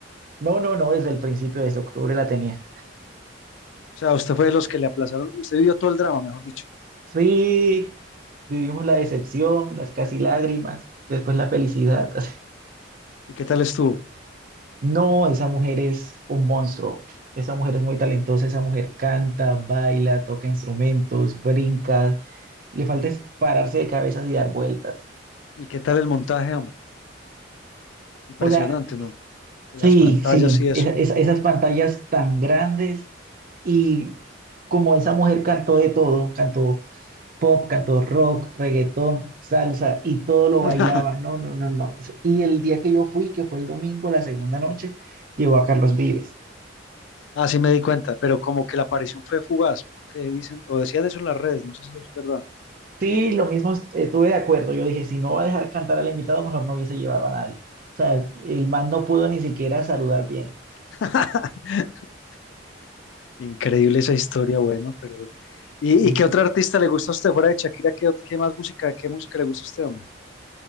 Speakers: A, on the right; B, on the left.
A: No, no, no, desde el principio, desde octubre la tenía.
B: sea, usted fue de los que le aplazaron. Usted vivió todo el drama, mejor dicho.
A: Sí, vivimos la decepción, las casi lágrimas, después la felicidad. <laughs>
B: ¿Y qué tal estuvo?
A: No, esa mujer es un monstruo. Esa mujer es muy talentosa, esa mujer canta, baila, toca instrumentos, brinca. Le falta es pararse de cabezas y dar vueltas.
B: ¿Y qué tal el montaje, hombre? Impresionante,
A: O sea,
B: ¿no? De
A: sí,
B: las pantallas
A: sí,
B: y eso.
A: esa- esa- esas pantallas tan grandes y como esa mujer cantó de todo, cantó pop, cantó rock, reggaetón, salsa y todo lo
B: <laughs>
A: bailaba. No, no, no, no. Eso- Y el día que yo fui, que fue el domingo, la segunda noche, llevó a Carlos Vives.
B: Así me di cuenta, pero como que la aparición fue fugaz, porque dicen, o decían eso en las redes, no sé si es verdad.
A: Sí, lo mismo est- estuve de acuerdo. Yo dije, si no va a dejar cantar al invitado, mejor no hubiese llevado a nadie. O sea, el man no pudo ni siquiera saludar bien.
B: <laughs> Increíble esa historia, bueno, pero... ¿Y,
A: Sí.
B: y qué otro artista le gusta a usted fuera de Shakira? ¿Qué, ot- qué más música, qué música le gusta a usted, hombre?